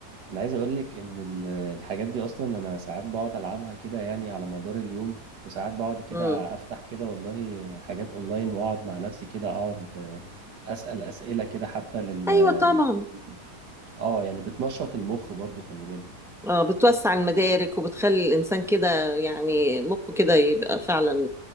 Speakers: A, on the right; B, in the centre.
A: أنا عايز أقولك إن ال- الحاجات دي أصلا أنا ساعات بقعد ألعبها كده يعني على مدار اليوم وساعات بقعد كده
B: امم
A: أفتح كده والله حاجات أونلاين وأقعد مع نفسي كده أقعد آه، أسأل أسئلة كده حتى لل-
B: ايوه طبعا
A: للكمبيوتر أه يعني بتنشط المخ برضو خلي بالك
B: اه بتوسع المدارك وبتخلي الانسان كده يعني مخه كده يبقى فعلا